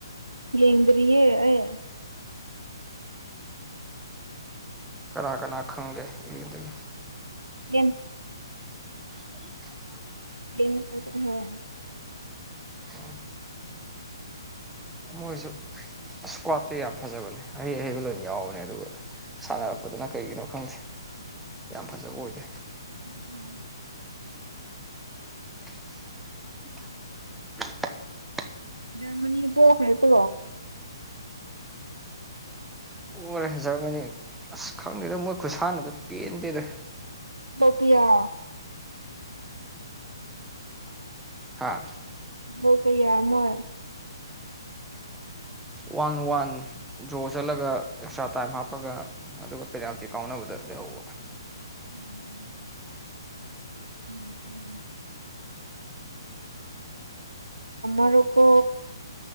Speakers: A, on the right; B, in the centre.
A: ꯌꯦꯡꯗꯔꯤꯌꯦꯦ ꯑꯦ
B: ꯀꯅꯥ ꯀꯅꯥ ꯈꯪꯒꯦꯗꯒꯤ
A: ꯌꯦꯟ
B: <inaudible>
A: <inaudible>
B: ꯑꯝ ꯃꯣꯏꯁꯨ ꯏꯁꯀ꯭ꯋꯥꯠꯇꯤ ꯌꯥꯝ ꯐꯖꯕꯅꯦ ꯑꯍꯩ ꯑꯍꯩꯕ ꯂꯣꯏ ꯌꯥꯎꯕꯅꯦ ꯑꯗꯨꯒ ꯁꯥꯟꯅꯔꯛꯄꯗꯨꯅ ꯀꯩꯒꯤꯅꯣ ꯈꯪꯗꯦ ꯌꯥꯝ ꯐꯖꯕ ꯑꯣꯏꯗ꯭ꯔꯦ
A: ꯎꯝ
B: <inaudible>
A: ꯖꯔꯃꯅꯤ ꯄꯣꯛꯈ꯭ꯔꯦ ꯀꯣ
B: ꯑꯣꯔꯦ ꯖꯔꯃꯅꯤ ꯑꯁ ꯈꯪꯗꯦꯗ ꯃꯣꯏ ꯈꯨꯠꯁꯥꯟꯅꯗ ꯄꯦꯟꯗꯦꯗ
A: ꯀꯤꯌꯥ
B: ꯍꯥꯥ
A: ꯍꯧ ꯀꯩ ꯑꯃ
B: ꯋꯥꯟ ꯋꯥꯟ ꯗ꯭ꯔꯣ ꯆꯠꯂꯒ ꯑꯦꯛꯁꯇ꯭ꯔꯥ ꯇꯥꯏꯝ ꯍꯥꯞꯄꯒ ꯑꯗꯨꯒ ꯄꯦꯅꯥꯜꯇꯤ ꯀꯥꯎꯅꯕꯗ ꯂꯦꯍꯣꯜ
A: ꯎꯝ ꯎꯝ ꯎꯝ ꯑꯔ ꯀꯣ